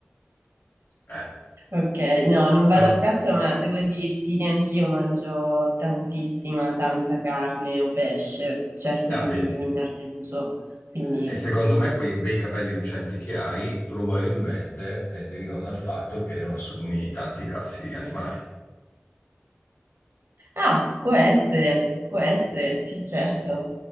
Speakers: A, on the left (about 75°); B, on the right (about 70°).
A: eh,
B: Ok, no, non
A: però,
B: vado a caccia, ma devo dirti, neanch'io mangio tantissima, tanta carne o pesce, cerco
A: ah,
B: di
A: vedi.
B: limitarne l'uso, quindi...
A: E secondo
B: mm.
A: me quei bei capelli lucenti che hai probabilmente eh, derivano dal fatto che non assumi tanti grassi animali.
B: Ah, può essere, può essere, sì, certo,